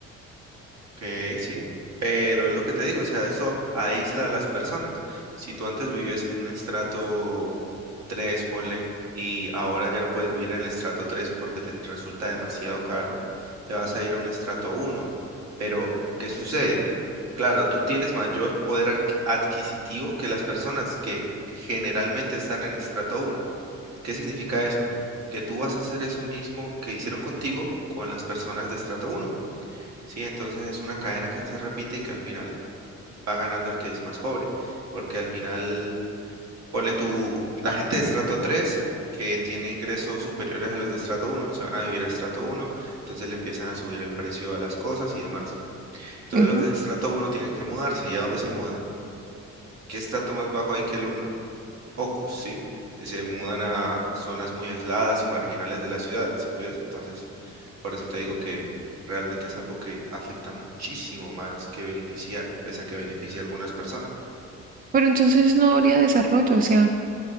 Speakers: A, on the right; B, on the right.
A: Ok, sí, pero es lo que te digo, o sea, eso aísla a las personas. Si tú antes vivías en un estrato 3, ponle, y ahora ya no puedes vivir en el estrato 3 porque te resulta demasiado caro, te vas a ir a un estrato uno. Pero, ¿qué sucede? Claro, tú tienes mayor poder adqui- adquisitivo que las personas que generalmente están en estrato uno. ¿Qué significa eso? Que tú vas a hacer eso mismo que hicieron contigo con las personas de estrato uno. Sí, entonces es una cadena que se repite y que al final va ganando el que es más pobre, porque al final, ponle tú, la gente de estrato 3 que tiene ingresos superiores a los de estrato uno se van a vivir a estrato uno, entonces le empiezan a subir el precio a las cosas y demás. Entonces
B: Ujú.
A: los de estrato uno tienen que mudarse, ¿y a dónde se mudan? ¿Qué estrato más bajo hay que el uno? Ocos, ¿sí? Y se mudan a zonas muy aisladas y marginales de la ciudad, ¿sí ves? Entonces, por eso te digo que realmente es algo que afecta muchísimo más que beneficiar, pese a que beneficia a algunas personas.
B: Pero entonces no habría desarrollo, o sea,